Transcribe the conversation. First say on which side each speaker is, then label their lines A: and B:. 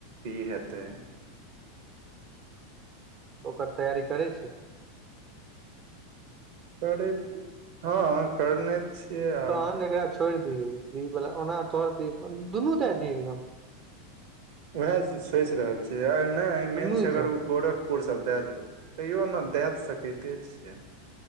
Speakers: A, on the right; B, on the right.
A: की हेत
B: ओकर तैयारी करै छिये
A: करैत हँ करने छियै आब
B: तहन एकरा छोड़ि दिही ई बला ओना तोहर <unintelligible> दुनू दैय दिही एग्जाम
A: वैहै सोचि रहल छी आ नहि
B: दुनू
A: मेन छै
B: एग्जाम
A: अगर उ गोरक पुर सब दै देलकै तैयो ओना दैय तऽ सकैते छिये